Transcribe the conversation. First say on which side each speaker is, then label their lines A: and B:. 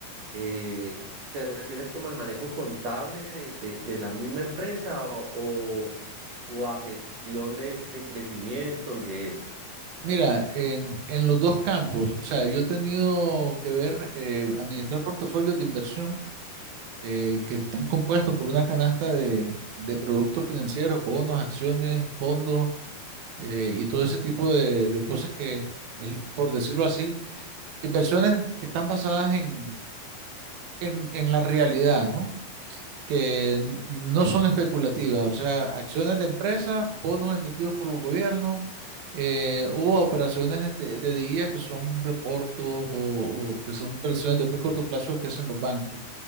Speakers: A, on the right; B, on the right.
A: eh, ¿Te refieres como al manejo contable de, de- de la misma empresa o, o- o a gestión de, de crecimiento y de esto?
B: Mira, en, en los dos campos, o sea, yo he tenido que ver, eh, administrar portafolios de inversión eh, que están compuestos por una canasta de, de productos financieros, bonos, acciones, fondos eh, y todo ese tipo de, de cosas que, el- por decirlo así, inversiones que están basadas en, en, en la realidad, ¿no? que no son especulativas, o sea, acciones de empresas, bonos emitidos por los gobiernos, eh, hubo operaciones de, de día que son reportos o, o que son operaciones de muy corto plazo que hacen los bancos.